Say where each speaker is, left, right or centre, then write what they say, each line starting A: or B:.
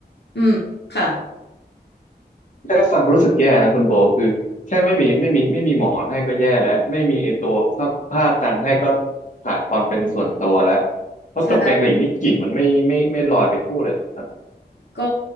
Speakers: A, on the left (about 75°); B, on the left (about 45°).
A: อืมค่
B: แค่ฟังก็รู้สึกแย่นะคุณโบคือแค่ไม่มีไม่มีไม่มีหมอนให้ก็แย่แล้วไม่มีไอตัวผ้าผ้ากันให้ก็ขาดความเป็นส่วนตัวแล้วเพราะจกแกงหลีนี่กลิ่นมันไม่ไม่ไม่ลอยไปทั่วเลยเหรอครั
A: ะ ก็